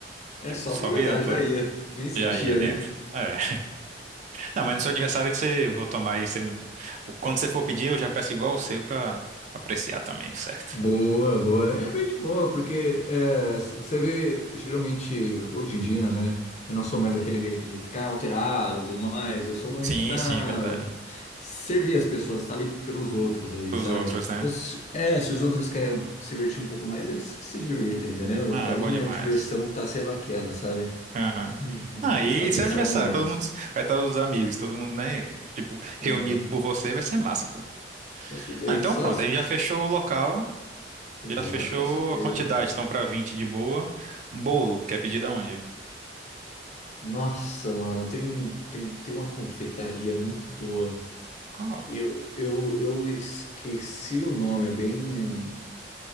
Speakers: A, on the left; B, on the right.
A: É só
B: só
A: aproveitar,
B: virando,
A: já
B: foram.
A: ia. Nem sentia,
B: Já ia dentro.
A: né?
B: É. Não, mas no seu aniversário você, vou tomar aí, você me... quando você for pedir, eu já peço igual o seu pra apreciar também, certo?
A: Boa, boa. É bem de boa, porque é, s- você vê, geralmente, hoje em dia, né? Eu não sou mais aquele de, de ficar alterado e tudo mais, eu sou mais
B: Sim,
A: pra
B: sim, é verdade.
A: servir as pessoas, tá ali pelos outros ali,
B: Os
A: sabe?
B: outros, né?
A: Então, se- é, se os outros querem se divertir um pouco mais, eles que se divertem, entendeu?
B: Ah,
A: Pra
B: é
A: mim,
B: bom demais.
A: a diversão tá sendo aquela, sabe?
B: Aham.
A: Uhum.
B: Ah, e
A: Apreciar
B: seu aniversário,
A: o momento.
B: todo mundo vai estar os amigos, todo mundo, né? Tipo, reunido
A: Ah,
B: por você, vai ser massa, pô.
A: com certeza,
B: Não, então
A: só
B: pronto,
A: as-
B: a gente já fechou o local,
A: já,
B: já fechou
A: com certeza.
B: a quantidade, então pra 20 de boa. Bolo, quer pedir da onde?
A: Nossa, mano, tem, um tem, tem uma confeitaria muito boa.
B: Qual?
A: Eu, eu, eu esqueci o nome, é bem. hum,